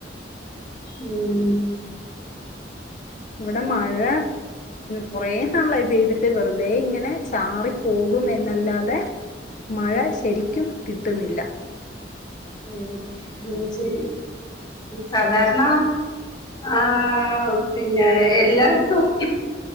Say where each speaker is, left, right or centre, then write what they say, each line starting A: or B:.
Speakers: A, on the left; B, on the left.
A: ഉം
B: ഇവിടെ മഴ കൊറേ നാളായി പെയ്തിട്ട് വെറുതെ ഇങ്ങനെ ചാറി പോകും എന്നല്ലാതെ മഴ ശരിക്കും കിട്ടുന്നില്ല
A: ഉം എന്നാ ശരി സാധാരണ ആഹ് പിന്നെ എല്ലായിടത്തും